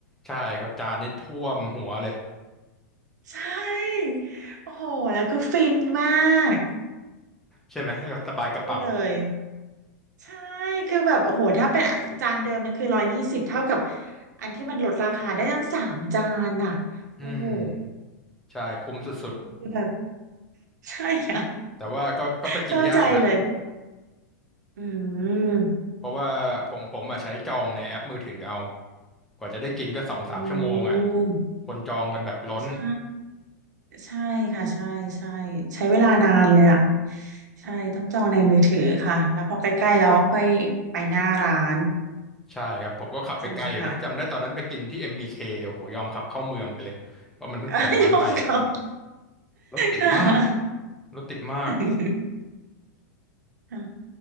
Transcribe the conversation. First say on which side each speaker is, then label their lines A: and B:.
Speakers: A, in the centre; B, on the right.
A: ใช่ครับจานนี้ท่วมหัวเลย
B: <laughs> ใช่โอ้โหแล้วคือฟินมาก
A: ใช่ไหมก็สบายกระเป๋า
B: พูดเลยใช่คือแบบโอ้โหถ้าเป็นจานเดิมมันคือร้อยยี่สิบเท่ากับอันที่มันลดราคาได้ตั้งสามจานน่ะโอ้โห
A: อืมใช่คุ้มสุด
B: อันนี้คือแบบ <laughs> ใช่ค่ะ
A: ๆแต่ว่าก็ก็ไปกินยากนะ
B: เข้าใจเลยอืม
A: เพราะว่าผมผมอะใช้จองในแอปมือถือเอากว่าจะได้กินก็สองสามชั่วโมงอะ
B: อืม
A: คนจองกันแบบล้น
B: ใช่ใช่ค่ะใช่ใช่ใช้เวลานานเลยอ่ะใช่ต้องจองในมือถือค่ะแล้วพอใกล้ๆแล้วก็ค่อยไปหน้าร้าน
A: ใช่ครับผมก็ขับไปไกลอยู่นะจำได้ตอนนั้นไปกินที่
B: จริงค่ะ
A: MBK โอ้โหยอมขับเข้าเมืองไปเลยเพราะมันเพิ่งเปิดร้านใหม่
B: <laughs> ยอมเขา
A: รถติดมาก
B: ค่ะ
A: รถติดมาก
B: <laughs> ค่ะ